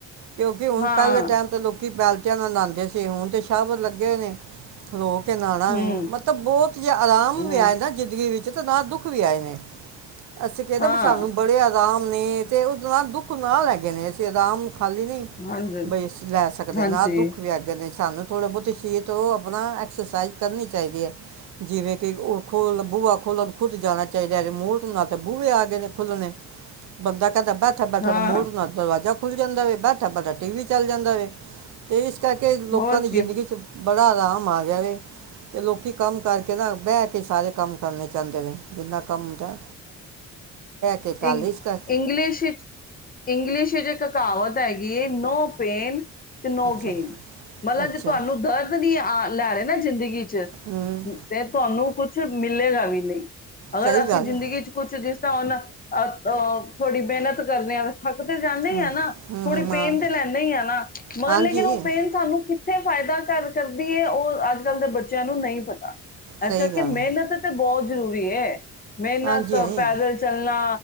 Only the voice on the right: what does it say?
ਕਿਉਂਕਿ ਹੁਣ
ਪਹਿਲੇ ਟਾਈਮ ਲੋਕੈਲ ਨਾਲ ਲਾਉਂਦੇ ਸੀ ਹੁਣ ਤੇ ਸ਼ਬ ਲੱਗੇ ਨੇ ਲੋਕ ਕੇ ਨਾਲਣਾ
ਵ ਮਤਲਬ ਬਹੁਤ ਜਿ ਆਰਾਮ
ਵੀ ਆਏ ਨਾ ਜ਼ਿੰਦਗੀ ਵਿੱਚ ਜ ਤਦ ਦਾ ਦੁੱਖ ਕੁੁੱਖ ਵੀ ਆਏ ਨੇ ਅਸੀਂ ਕਹਿੰਦੇ
ਵੀ ਸਾਨੂੰ ਬੜੇ ਰਾਮ ਨੇ ਤੇ ਉਹਦੇ ਨਾਲ ਦੁੱਖ ਨਾ ਲੈ ਗਏ ਨੇ ਅਸੀਂ ਰਰਾਮ ਖਾਲੀ ਨਹੀਂ
ਬਈ ਅਸੀਂ ਲੈ ਸਕਦੇ
ਨਾਹ ਦੁੱਖ ਵੀ ਅੱਗੇ ਨੇ ਸਾਨੂੰ ਥੋੜ੍ਹੀ ਬਹੁਤੀ ਸੀਰ ਤੋਂ ਆਪਣਾ ਐਕਸਰਸਾਈਜ਼ ਕਰਨੀ ਚਾਹੀਦੀ ਹੈ ਜਿਵੇਂ ਕਿ ਉਹ ਖੋਲਣ ਬੂਆ ਖੋਲਣ ਖੁੱਦ ਜਾਣਾ ਚਾਹੀਦਾ ਰਿਮੋਟ ਨਾ ਤਾਂ ਬੂਹੇ ਆ ਗਏ ਨੇ ਖੁੱਲਣੇ ਬੰਦਾ ਕਹਿੰਦਾ ਥਬ ਥਰ
ਮੋ ਨ ਦਰਵਾਜਾ ਖੁੱਲ ਜਾਂਦਾ ਵ ਬਬਾ ਟੀ ਵੀ ਚੱਲ ਜਾਂਦਾ ਵ ਤੇ ਕਰਕੇ ਲੋਕਾਂ
ਦੀ
ਜ਼ਿੰਦਗੀ ਚ ਬੜ ਬੜਾ ਆਰਾਮ ਆ ਗਿਆ ਵ ਤੇ ਲੋਕੀ ਕੰਮ ਕਰਕੇ ਨਾ ਬਹਿ ਕੇ ਸਾਰੇ ਕੰਮ ਕਰਨੇ ਗਾਂਜ ਹੈ ਜਿੰਨਾ ਕੰਮ ਹੁੰਦਾ ਕੇ ਕਾਲਜ
ਕਰ
ਅੱਛਾ
ਅੱਛਾ
ਹੂੰ
ਸਹੀ
ਗੱਲ
ਹੈ।
ਹੂੰ
ਹੂੰ,
ਹੂੰ
ਹਾਂ
ਹਾਂਜੀ
ਸਹੀ
ਗੱਲ
ਹਾਂਜੀ ਹਾਂਜੀ,